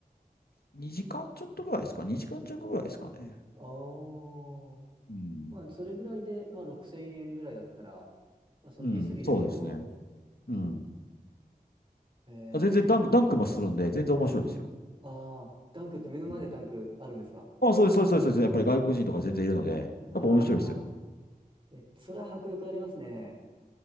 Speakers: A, on the left (about 80°); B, on the right (about 35°).
A: 2時間ちょっとぐらいですか ?2 時間弱ぐらいですかね。
B: あああ
A: うん。
B: まあ、それぐらいで、まあ、6000円ぐらいだったら、まあ、その
A: うん、
B: B3 ですけど、
A: そうですね。うん。
B: えー、
A: あ全然ダンク、ダンクもするんで、全然面白いですよ。
B: ああダンクって目の前でダンクあるんですか
A: うんあ、そうです、そうです、そうです。そうですやっぱり外国人とか全然いるので、やっぱ面白いですよ。
B: うわあえ、それは迫力ありますね。